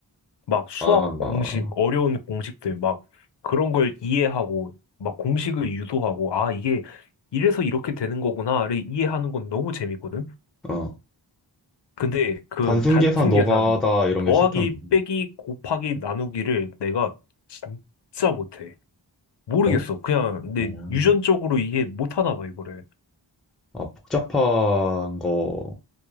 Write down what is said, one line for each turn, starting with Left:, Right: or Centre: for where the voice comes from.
Left: 막 수학
Centre: 아,
Left: 공식,
Centre: 어.
Left: 어려운 공식들, 막 그런 걸 이해하고, 막 공식을 유도하고, 아, 이게 이래서 이렇게 되는 거구나를 이해하는 건 너무 재밌거든?
Centre: 어.
Left: 근데 그
Centre: 단순
Left: 단순
Centre: 계산 노가다
Left: 계산,
Centre: 이런
Left: 더하기,
Centre: 게 싫다는 거지.
Left: 빼기, 곱하기, 나누기를 내가 진짜 못해. 모르겠어.
Centre: 어?
Left: 그냥 내
Centre: 음.
Left: 유전적으로 이게 못하나 봐, 이거를.
Centre: 아, 복잡한 거